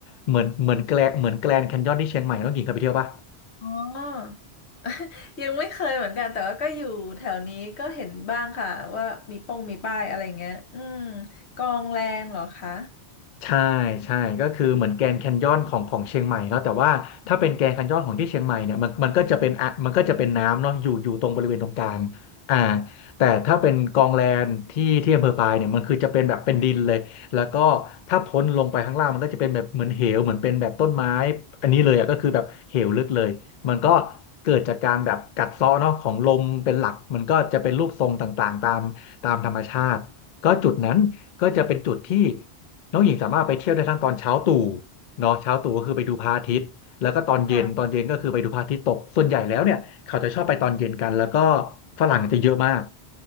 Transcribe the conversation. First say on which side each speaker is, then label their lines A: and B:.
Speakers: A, on the left; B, on the left.
A: เหมือนเหมือนแกลงเหมือนแกลนด์แคนยอนที่เชียงใหม่น้องหญิงเคยไปเที่ยวป่ะ
B: อ๋อ ยังไม่เคยเหมือนกันแต่ว่าก็อยู่แถวนี้ก็เห็นบ้างค่ะว่ามีป้องมีป้ายอะไรเงี้ยอืมกองแรงเหรอคะ
A: ใช่ใช่ก็คือเหมือนแกรนด์แคนยอนของของเชียงใหม่เนาะแต่ว่าถ้าเป็นแกรนด์แคนยอนของที่เชียงใหม่เนี่ยมันมันก็จะเป็นอ่ะมันก็จะเป็นน้ำเนาะอยู่อยู่ตรงบริเวณตรงกลางอ่าแต่ถ้าเป็นกองแลนที่ที่อำเภอปายเนี่ยมันคือจะเป็นแบบเป็นดินเลยแล้วก็ถ้าพ้นลงไปข้างล่างมันก็จะเป็นแบบเหมือนเหวเหมือนเป็นแบบต้นไม้อันนี้เลยอ่ะก็คือแบบเหวลึกเลยมันก็เกิดจากการแบบกัดเซาะเนาะของลมเป็นหลักมันก็จะเป็นรูปทรงต่างๆตามตามธรรมชาติก็จุดนั้นก็จะเป็นจุดที่ น้องหญิงสามารถไปเที่ยวได้ทั้งตอนเช้าตู่เนาะเช้าตู่ก็คือไปดูพระอาทิตย์แล้วก็ตอนเย็นตอนเย็นก็คือไปดูพระอาทิตย์ตกส่วนใหญ่แล้วเนี่ยเขาจะชอบไปตอนเย็นกันแล้วก็
B: ค่ะ
A: ฝรั่งจะเยอะมาก